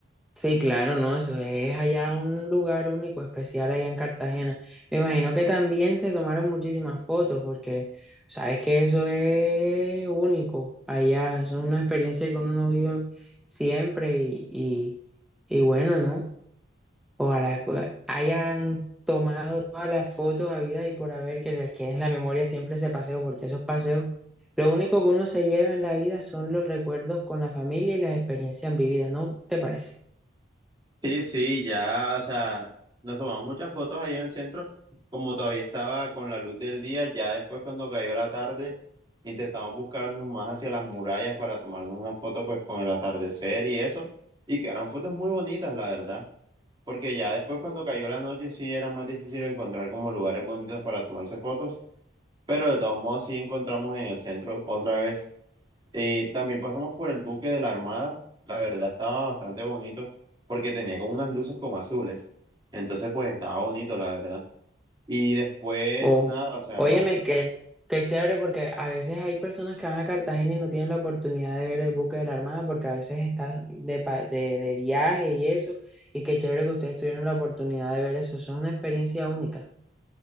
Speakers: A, in the centre; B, on the right (about 25°).
A: Sí, claro, ¿no? Eso es allá un lugar único, especial allá en Cartagena. Me imagino que también se tomaron muchísimas fotos porque sabes que eso es único allá, eso es una experiencia que uno no vive siempre y, y, y bueno, ¿no? Ojalá pues, hayan tomado todas las fotos habidas y por haber que les quede en la memoria siempre ese paseo porque esos paseos, lo único que uno se lleva en la vida son los recuerdos con la familia y las experiencias vividas, ¿no te parece?
B: Sí, sí, ya, o sea, nos tomamos muchas fotos ahí en el centro, como todavía estaba con la luz del día, ya después cuando cayó la tarde, intentamos buscarnos más hacia las murallas para tomarnos una foto pues con el atardecer y eso, y quedaron fotos muy bonitas, la verdad, porque ya después cuando cayó la noche sí era más difícil encontrar como lugares bonitos para tomarse fotos, pero de todos modos sí encontramos en el centro otra vez. Eh, también pasamos por el buque de la Armada. La verdad estaba bastante bonito porque tenía como unas luces como azules. Entonces, pues estaba bonito, la verdad. Y después,
A: Oh,
B: nada, o sea,
A: óyeme, qué, qué chévere porque a veces hay personas que van a Cartagena y no tienen la oportunidad de ver el buque de la Armada porque a veces está de, pa- de, de viaje y eso. Y qué chévere que ustedes tuvieron la oportunidad de ver eso. Eso es una experiencia única.